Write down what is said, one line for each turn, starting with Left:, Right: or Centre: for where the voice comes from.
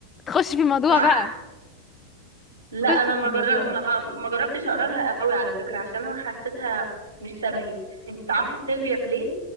Left: تخش في الموضوع
Right: صح
Left: بقى
Right: لا
Left: تخش
Right: انا ما
Left: في الموضوع
Right: جر... ما... ما جربتش اقرا لها قوي على فكره عشان انا حسيتها مش شبهي انت تعرفي سيلفيا بليس